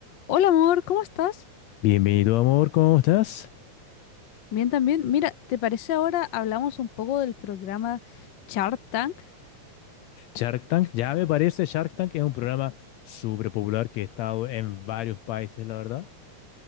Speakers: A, on the left; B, on the left.
A: Hola amor, ¿cómo estás?
B: Bienvenido, amor, ¿cómo estás?
A: Bien también. Mira, ¿te parece ahora hablamos un poco del programa Shark Tank?
B: Shark Tank, ya me parece, Shark Tank es un programa súper popular que ha estado en varios países, la verdad.